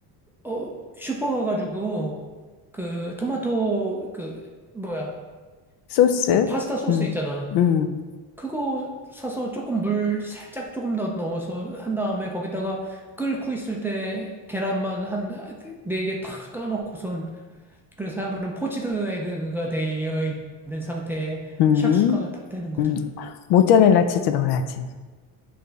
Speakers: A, in the centre; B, on the left.
A: 어, 슈퍼 가가지고, 그, 토마토, 그, 뭐야,
B: 소스.
A: 뭐, 파스타 소스
B: 음,
A: 있잖아.
B: 음,
A: 그거 사서 조금 물 살짝 조금 더 넣어서 한 다음에 거기다가 끓고 있을 때 계란만 한 네 개 탁 까놓고선 그래서 하면은 포치드 에그가 되어 있는 상태에
B: 음,
A: 샥슈카가 딱 되는 거잖아.
B: 음. 모짜렐라 치즈 넣어야지.